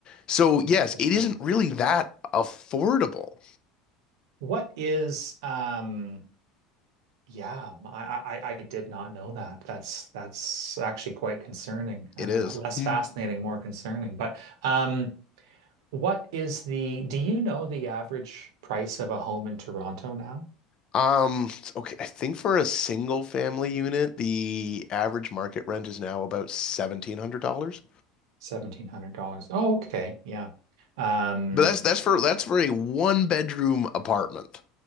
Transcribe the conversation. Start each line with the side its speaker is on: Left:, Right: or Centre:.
Left: So, yes,
Right: Interesting.
Left: it isn't really that affordable.
Right: What is um yeah, I, I I did not know that. That's that's actually quite concerning.
Left: It
Right: Uh
Left: is.
Right: less
Left: <laughs>
Right: fascinating, more concerning. But um what is the do you know the average price of a home in Toronto now?
Left: Um, okay, I think for a single family unit, the average market rent is now about $1,700.
Right: $1,700. Oh, okay. Yeah. Um
Left: But that's that's for that's for a one bedroom apartment,